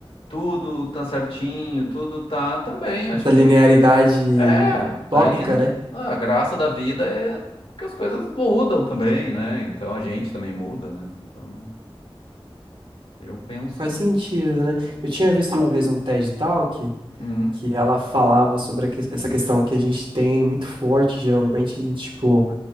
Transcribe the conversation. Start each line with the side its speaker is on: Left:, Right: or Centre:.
Left: tudo tá certinho, tudo tá também, acho
Right: Essa
Left: que
Right: linearidade
Left: é,
Right: utópica,
Left: daí
Right: né?
Left: a graça da vida é que as coisas mudam também, né? Então a gente também muda, né? Então eu penso,
Right: Faz sentido, né? Eu tinha visto uma vez um TED Talk.
Left: hum,
Right: que ela falava sobre a que- essa questão que a gente tem muito forte, geralmente, de, tipo,